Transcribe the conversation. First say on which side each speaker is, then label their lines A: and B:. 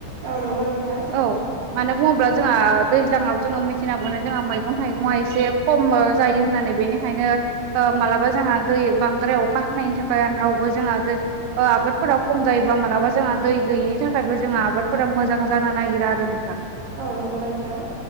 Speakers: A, on the right (about 65°); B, on the right (about 80°).
A: औ नंगौ नोंथां।
B: औ मानो बुङोब्ला जोंहा दैज्लांआव जोङो मिथिना मोनो जोंहा मैगं थाइगङा एसे खमो जायो होननानै बेनिखायनो ओ मालाबा जोंहा दै बांद्राय अखा हानायनि थाखायावबो जोंहा दै ओ आबादफोरा खम जायोबा मालाबा जोंहा दै गैयिनि थाखायबो जोंहा आबादफोरा मोजां जानो नागिरा। <unintelligible> नोंथां।
A: औ नंगौ नोंथां।